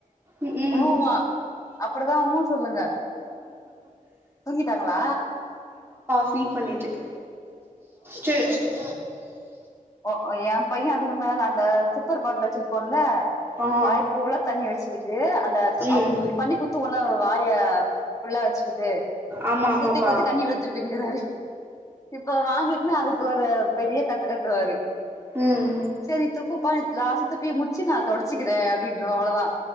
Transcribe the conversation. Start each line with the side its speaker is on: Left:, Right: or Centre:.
Right: உ உம்
Left: ஆமா அப்படிதான் ஊ சொல்லுங்க தூங்கிட்டாங்களா
Right: ஃபீட் பண்ணிட்ருக்கே சேர் சேரி
Left: ஒ ஓ ஏம் பைய அதுக்கு மேல அந்த சிப்பர் பாட்டுல வெச்சிருக்கோல்ல
Right: ஆ
Left: வாய பூல தண்ணி வெச்சிகீட்டு அந்த
Right: ம்
Left: ஆல் இப்டி பண்ணி குத்து வாய ஃபுல்லா வெச்சிக்கிட்டு
Right: ஆமா ஆமாப்பா
Left: குத்தி குத்தி தண்ணி வெலு துப்பினிக்குராரு இப்ப வாங்கிட்னா அதுக்கு ஒரு பெரிய கத்து கத் சரி
Right: ம்
Left: செரி துப்புபா நீ லாச துப்பி முடிச்சி நா தொடச்சிகிற அப்டின்றவ அவ்ளோதா